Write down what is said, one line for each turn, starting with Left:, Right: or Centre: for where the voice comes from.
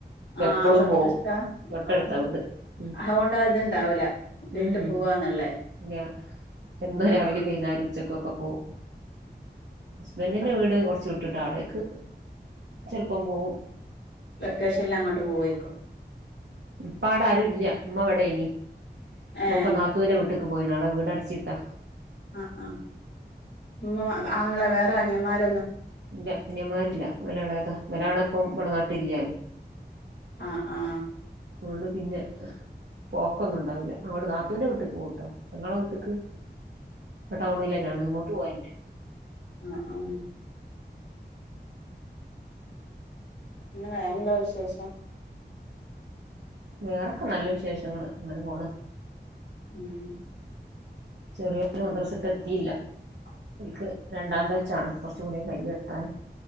Left: ആഹ്
Right: എപ്പളും
Left: തൊട്ടടുത്താ
Right: പോവും തൊട്ടെടുത്താ
Left: ഓഹ്
Right: വീട് ഉം
Left: അതുകൊണ്ട് ഇത്ണ്ടാവൂല വീട്ടിൽ
Right: ഉംഉം
Left: പോവാന്നുള്ളേ
Right: ഇല്ല എന്നും
Left: ആഹ്
Right: രാവിലെ
Left: ആഹ്
Right: വൈന്നേരം ഉച്ചക്കൊക്കെ പോവും ഹുസ്ബന്റിന്റെ
Left: ആഹ്
Right: വീട് കുറച്ചു വിട്ട് കടേക്ക് ചെലപ്പം പോവും
Left: വെക്കേഷനിൽ അങ്ങോട്ട് പോവയിക്കോ
Right: ഇപ്പാടെ ആരും ഇല്ല ഇമ്മ ഇവടെ യിനി ഇമ്മഇപ്പൊ
Left: ഏഹ്
Right: നാത്തൂന്റെ വിട്ട നട്ട പോയി നാട വീടിച്ചിട്ടാ
Left: ആ ആ നിങ്ങ ആങ്ങളെ വേറെന മ്മാർ
Right: ഇല്ല അനിയമാരില്ല ഇവൻ എളെതാ ഇവനാണ് ഇപ്പം ഇവിടെ നാട്ടിൽ ഇല്ലാനും
Left: ആഹ് ആഹ്
Right: അതുകൊണ്ട് പിന്നെ പോക്കൊന്നും ഉണ്ടാവൂല അങ്ങോട് നാത്തുന്റെ വീട്ടിക്ക് പോവുട്ടോ ഇങ്ങളെ വീട്ടിക്ക് ടൗണിൽന്നേണ് അങ്ങോട്ട് പോരണ്ട്
Left: അ അം പിന്നെ വേറെന്താ വിശേഷം?
Right: വേറൊക്കെ നല്ല വിശേഷങ്ങൾ ഇങ്ങനെപോണ്
Left: ഉം
Right: ചെറിയോൽ മദ്രസയിട്ട് എത്തിയില്ല ഓൽക്ക് രണ്ടാം ബേച്ചാണ് കുറചൂടി കഴിയും എത്താൻ